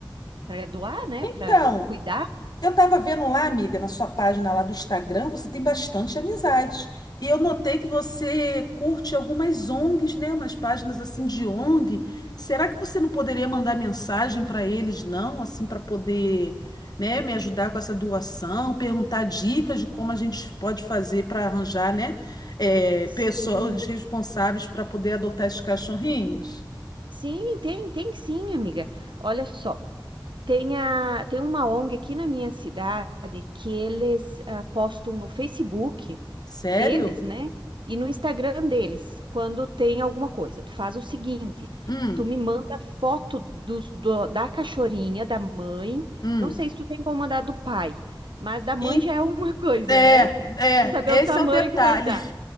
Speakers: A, on the right; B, on the left.
A: para doar, né,
B: Então,
A: para cuidar.
B: Eu tava vendo lá, amiga, na sua página lá do Instagram, você tem bastante amizades. E eu notei que você curte algumas ONGs, né? Umas páginas assim de ONG. Será que você não poderia mandar mensagem para eles, não? Assim, para poder, né, me ajudar com essa doação, perguntar dicas de como a gente pode fazer para arranjar, né, é,
A: Sim.
B: pessoas responsáveis para poder adotar esses cachorrinhos?
A: Sim, tem, tem sim, amiga. Olha só. Tem, a, tem uma ONG aqui na minha cidade que eles ah, postam no Facebook
B: Sério?
A: deles, né? E no Instagram deles, quando tem alguma coisa. Tu faz o seguinte,
B: Hum,
A: tu me manda foto dos- do- da cachorrinha, da mãe.
B: hum.
A: Não sei se tu tem como mandar do pai, mas da mãe
B: E-
A: já é alguma <laughs> coisa,
B: É,
A: né?
B: é,
A: Pra saber
B: esse
A: o tamanho
B: é o detalhe.
A: que vai dar.